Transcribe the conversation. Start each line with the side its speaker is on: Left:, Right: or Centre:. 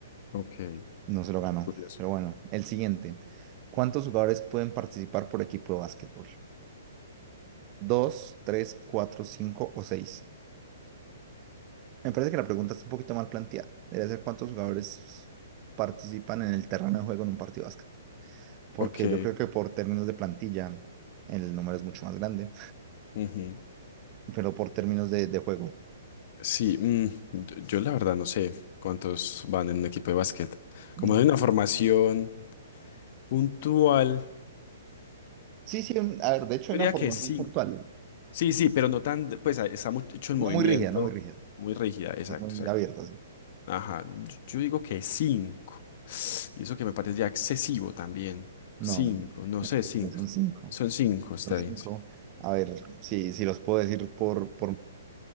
Left: ok.
Right: no se lo ganó.
Left: Curioso.
Right: Pero bueno, el siguiente. ¿Cuántos jugadores pueden participar por equipo de básquetbol? Dos, tres, cuatro, cinco o seis. Me parece que la pregunta está un poquito mal planteada. Debería ser cuántos jugadores participan en el terreno de juego en un partido de básquet. Porque
Left: Ok.
Right: yo creo que por términos de plantilla, el número es mucho más grande,
Left: ujú.
Right: pero por términos de, de juego,
Left: Sí, mm, yo, yo la verdad no sé cuántos van en un equipo de básquet.
Right: no.
Left: Como hay una formación puntual.
Right: Sí, sí, un- a ver, de hecho
Left: Yo
Right: hay una
Left: diría
Right: formación
Left: que cinco.
Right: puntual.
Left: Sí, sí, pero no tan, de- pues a- está mucho en
Right: No
Left: movimiento,
Right: muy rígida, no muy rígida.
Left: muy rígida, exacto,
Right: Es muy
Left: exacto.
Right: abierta, sí.
Left: Ajá, yo yo digo que cinco. Y eso que me parece ya excesivo también.
Right: No,
Left: Cinco,
Right: <laughs> en
Left: no
Right: efecto,
Left: sé, cinco.
Right: son cinco.
Left: Son cinco,
Right: Son
Left: está
Right: cinco.
Left: bien. sí.
Right: A ver, si si los puedo decir por, por